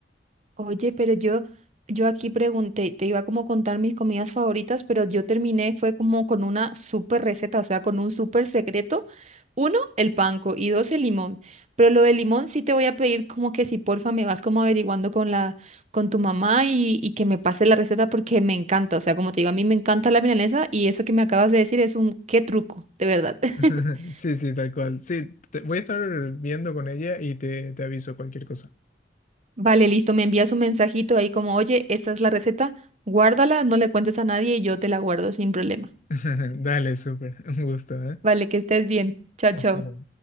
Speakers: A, on the right (about 40°); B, on the left (about 45°).
A: Oye, pero yo, yo aquí pregunté, te iba como a contar mis comidas favoritas, pero yo terminé, fue como con una súper receta, o sea, con un súper secreto. Uno, el panko y dos, el limón. Pero lo del limón sí te voy a pedir como que si porfa me vas como averiguando con la, con tu mamá y, y que me pase la receta porque me encanta. O sea, como te digo, a mí me encanta la milanesa y eso que me acabas de decir es un qué truco, de verdad. <laughs>
B: <laughs> Sí, sí, tal cual. Sí, te- voy a estar viendo con ella y te, te aviso cualquier cosa.
A: Vale, listo, me envías un mensajito ahí como, oye, esta es la receta, guárdala, no le cuentes a nadie y yo te la guardo sin problema.
B: <laughs> Dale, súper. Un gusto, ¿eh?
A: Vale, que estés bien. Chao,
B: Hasta
A: chao.
B: luego.